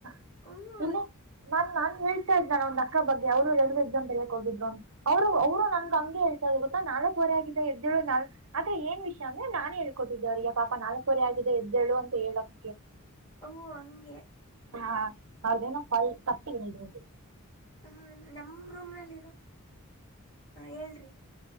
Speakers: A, on the right; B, on the left.
A: <inaudible>
B: ಹ್ಞೂ
A: ಇಲ್ಲ <inaudible> ನನ್ ನನ್ ಹೇಳ್ತಾ ಇದ್ದಾನ ಒಂದು ಅಕ್ಕ ಬಗ್ಗೆ ಅವರು ರೈಲ್ವೆ ಎಕ್ಸಾಮ್ ಬರಕ್ಕೆ ಹೋಗಿದ್ರು ಅವರು ಅವರು ನಂಗೆ ಹಂಗೆ ಹೇಳ್ತ ಇದ್ರೂ ಗೊತ್ತ ನಾಲಕುವರೇ ಆಗಿದೆ ಎದ್ದೇಳು ನಾಲ್ಕ್ ಅದ್ರೆ ಏನ್ ವಿಷಯ ಅಂದ್ರೆ ನಾನೆ ಹೇಳ್ಕೋತಿದು ಅವ್ರಿಗೆ ಪಾಪ ನಾಲ್ಕವರೆ ಆಗಿದೆ ಎದ್ದೇಳು ಅಂತ ಹೇಳಕ್
B: ಓ ಹಂಗೆ
A: ಹಾ ಅದೇನ ಕತ್ತಿಗಳ ಇದ್ರದದು
B: ಹಾ ನಮ್ಮ ರೂಮ್ನಲ್ಲಿ ಇರೋ ಹಾ <unintelligible>